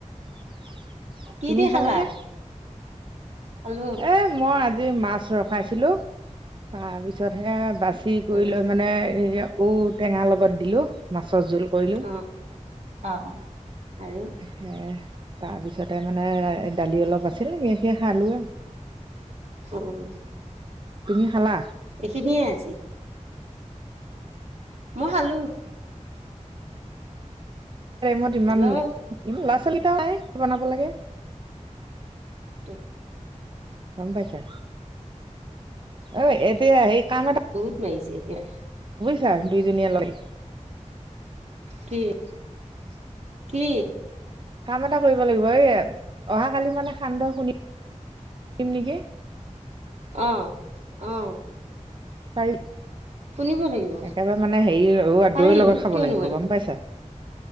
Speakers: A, on the right (about 40°); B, on the right (about 65°).
A: <inaudible>
B: কি
A: তুমি
B: দি
A: খালানে
B: খালা? খালো
A: এ মই আজি মাছ ৰখাইছিলো, তাৰপিছত হে বাচ চি কৰি
B: উম
A: লৈ মানে এই ঔ টেঙা লগত দিলো, মাছৰ জোল৷ কৰিলো।
B: উম অ অ আৰু
A: সে তাৰপিছতে মানে এ দালি অলপ আছিল সেই সি খালো আ
B: উম,
A: তুমি খালা
B: ইখিনিয়ে আজি? মই খালো।
A: মত ইমান
B: হেল্ল'
A: লৰা-ছোৱালীটাও
B: অ
A: নাই, বনাব লাগে
B: <unintelligible>
A: গম পাইছা। অ', এতিয়া এই কাম এটা
B: মেৰিছে কে
A: ছা দুইজনীয়ে লাগি
B: কি-কি?
A: কাম এটা কৰিব লাগিব, এই অহা কালি মানে সান্দহ খুন্দিম নিকি
B: অ', অ'।
A: ফাই
B: শুনিব লাগিব
A: একেবাৰে মানে হেৰি অ
B: পাৰিম
A: দৈৰ লগত খাব
B: কিয়
A: লাগিব,
B: নোৱাৰিম
A: গম পাইছা।